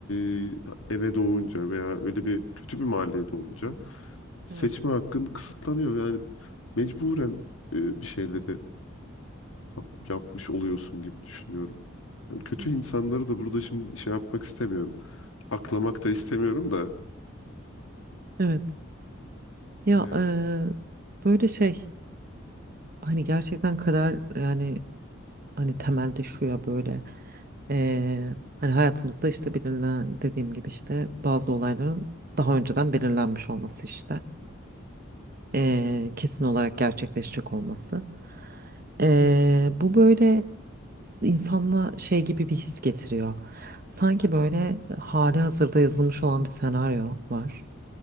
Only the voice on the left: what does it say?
e, eve doğunca veya öyle bir kötü bir mahalleye doğunca seçme
hakkın kısıtlanıyor. Yani mecburen e, bir şeyleri yap- yapmış oluyorsun gibi düşünüyorum. Yani kötü
insanları da burada şimdi şey yapmak istemiyorum. Aklamak da istemiyorum da.
öyle Yani.